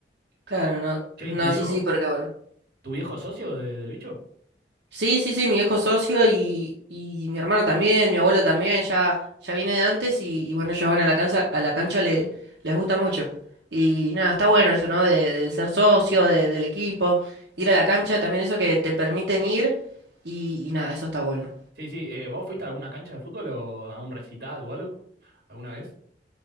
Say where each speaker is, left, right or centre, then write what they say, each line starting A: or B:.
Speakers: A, on the right; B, on the right.
A: claro, no.
B: Che,
A: No,
B: ¿y tu viejo,
A: sí, sí, porque bueno.
B: tu viejo es socio de- del bicho?
A: Sí, sí, sí, mi viejo socio y, y mi hermano también, mi abuelo también, ya, ya viene de antes y, y bueno, ellos van a la cancha, a la cancha le, les gusta mucho. Y nada, está bueno eso, ¿no? De, de ser socio de- del equipo, ir a la cancha, también eso que te permiten ir y, y nada, eso está bueno.
B: Sí, sí, eh, ¿vos fuiste a alguna cancha de fútbol o a un recital o algo? ¿Alguna vez?